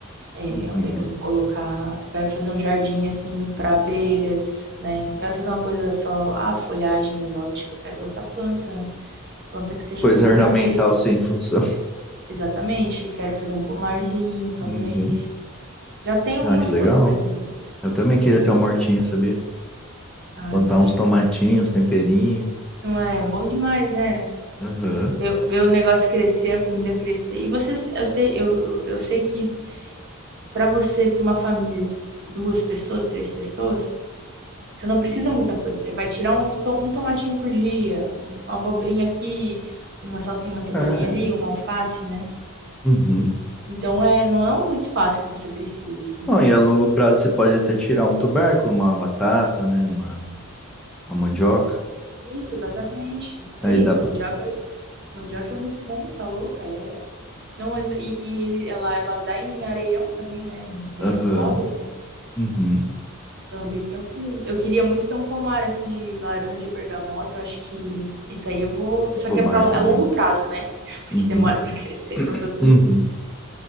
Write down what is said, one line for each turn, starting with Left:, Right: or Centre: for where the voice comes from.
Right: é,
Centre: Uhum.
Right: onde é que eu vou colocar. Eu quero fazer um jardim assim pra abelhas, né? Não quero fazer uma coisa só, ah, folhagem exótica, eu quero botar planta, planta que seja
Centre: Coisa
Right: bom
Centre: ornamental
Right: pra abelha.
Centre: sem função.
Right: Exatamente, quero fazer um pomarzinho, talvez.
Centre: Uhum.
Right: Já tem algumas
Centre: Ah, que legal.
Right: coisas ali, né?
Centre: Eu também queria ter uma hortinha, sabia?
Right: Ah,
Centre: Plantar
Right: imagino.
Centre: uns tomatinhos, temperinho.
Right: Não é bom demais, né?
Centre: Aham.
Right: Ver, ver o negócio crescer, a comida crescer. E você, se- eu sei, eu, eu sei que pra você, pra uma família de duas pessoas, três pessoas, você não precisa
Centre: Hum.
Right: muita coisa. Você vai tirar uns, to- um tomatinho por dia, um- uma abobrinha aqui, uma salsinha, uma cebolinha
Centre: É.
Right: ali, uma alface, né?
Centre: Uhum.
Right: Então é, não é um muito espaço que você precisa, assim.
Centre: Bom, e a longo prazo você pode até tirar um tubérculo, uma batata, né? Uma, uma mandioca.
Right: Isso, exatamente.
Centre: Aí
Right: Aí,
Centre: dá pra.
Right: mandioca, mandioca é muito bom, tá louco? É Não, e, e ele, ela, ela dá em areião também, né? Em terreno
Centre: Aham.
Right: pobre, né?
Centre: Uhum.
Right: Então é bem tranquilo. Eu queria muito ter um pomar assim de laranja, bergamota. Eu acho que isso aí eu vou.
Centre: Um
Right: Só
Centre: pomar
Right: que é, pra,
Centre: também.
Right: é longo prazo, né? <laughs> Porque
Centre: Uhum.
Right: demora pra crescer, pra produzir.
Centre: Uhum.